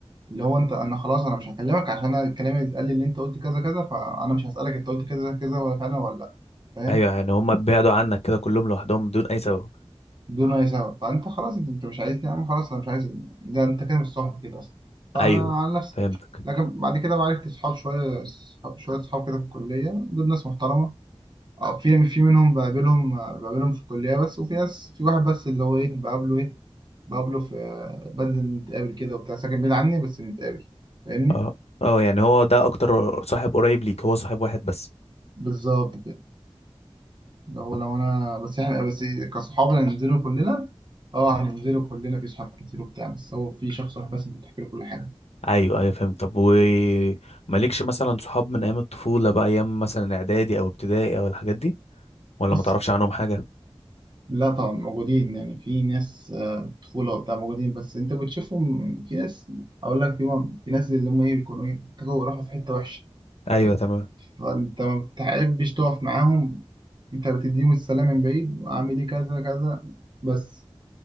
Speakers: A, on the right (about 45°); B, on the left (about 80°).
A: اللي هو انت انا خلاص انا مش هكلمك عشان أنا الكلام اللي اتقال لي ان انت قلت كذا كذا فانا مش هسالك انت قلت كذا كذا ولا انا ولا لا فاهم
B: ايوه يعني هم بعدوا عنك كده كلهم لوحدهم بدون اي سبب
A: دون اي سبب فانت خلاص انت انت مش عايزني يا عم خلاص انا مش عايز ده انت كده مش صاحب كده اصلا فانا
B: ايوه
A: عن نفسي
B: فهمتك
A: لكن بعد كده عرفت صحاب شويه صحاب- شويه صحاب كده في الكليه دول ناس محترمه اه، في في منهم بقابلهم بقابلهم في الكليه بس وفي ناس في واحد بس اللي هو ايه بقابله ايه بقابله في آه، بنزل نتقابل كده وبتاع ساكن بعيد عني بس بنتقابل فاهمني
B: اه اه يعني هو ده اكتر صاحب قريب ليك هو صاحب واحد بس
A: بالظبط كده لو لو انا بس احنا بس إيه، كصحاب هننزلوا كلنا اه هننزلوا كلنا في صحاب كتير وبتاع بس هو في شخص واحد بس اللي بتحكي له كل حاجه
B: ايوه ايوه فهمت طب ومالكش مثلا صحاب من ايام الطفولة بقى ايام مثلا اعدادي او ابتدائي او الحاجات دي ولا
A: بص
B: ما تعرفش عنهم حاجة
A: لا طبعا موجودين يعني في ناس آه، طفولة وبتاع موجودين بس انت بتشوفهم في ناس اقول لك في م- في ناس اللي هم ايه بيكونوا ايه كانوا راحوا في حتة وحشة
B: ايوه تمام
A: فانت ما بتحبش تقف معاهم انت بتديهم السلام من بعيد وعامل ايه كذا كذا بس